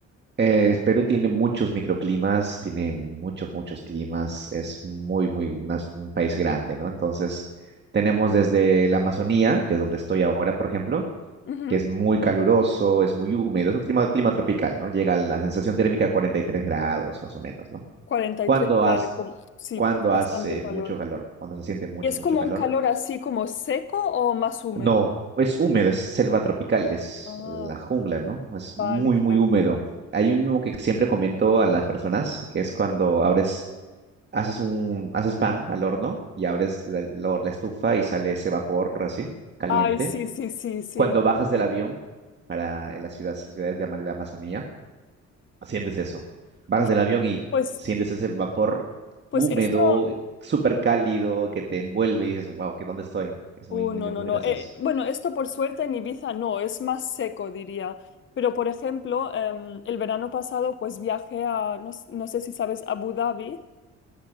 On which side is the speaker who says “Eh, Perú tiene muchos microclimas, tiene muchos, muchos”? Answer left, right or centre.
Right